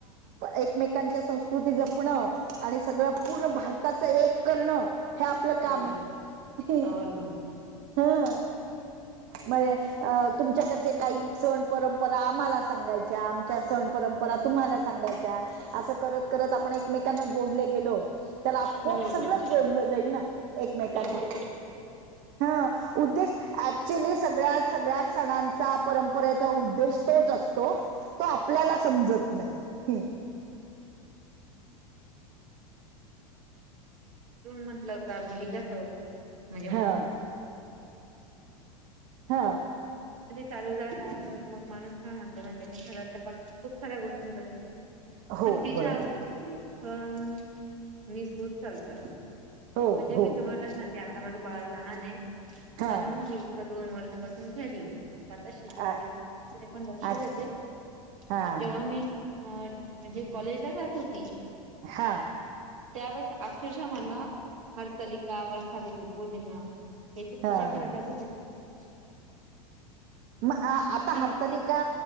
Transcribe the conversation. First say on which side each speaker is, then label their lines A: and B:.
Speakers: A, on the right; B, on the right.
A: एकमेकांच्या संस्कृती जपणं आणि सगळं पूर्ण भारताचं एक करणं हे आपलं काम
B: हो
A: आहे.
B: आवडून
A: हा. मग अ तुमच्याकडचे काही सण परंपरा आम्हाला सांगायच्या. आमच्या सण परं परा तुम्हाला सांगायच्या. असं करत करत आपण एकमेकांना जोडले गेलो. तर आपोआप
B: हो
A: सगळं जोडलं जाईल ना एकमेकांना.
B: हो.
A: हा. उद्देश ऍक्च्युली सगळ्यात सगळ्या सणांचा परंपरेचा उद्देश तोच असतो. तो आपल्याला समजत नाही.
B: म्हंटलं का मुली कस <unintelligible>
A: हा हा
B: चालू झाला तर माणूस काय म्हणतो माहित आहे का जगातल्या खूप सार्‍या गोष्टींकडे
A: हो
B: तिच्या
A: बरोबर
B: आबावी
A: आहे
B: पण मी सुज चालतात.
A: हो
B: म्हणजे मी
A: हो
B: तुम्हाला सांग आता माझं बाळ लहान आहे.
A: हा
B: म्हणून मग एक-दोन वर्षापासून घरी आहे. मग आ तसे वगै
A: अच्छा
B: दुसरे पण लक्ष
A: अच्छा
B: देते. पण
A: हा
B: जेव्हा मी अ म्हणजे कॉलेज ला जात होती.
A: हा‌.
B: त्यावेळी अक्षरशा मला हरतालिका वटसावित्री पौर्णिमा याची पूजा
A: हा
B: करायला भेटत नव्हती.
A: मग आता
B: मी
A: हरतालिका
B: तिथे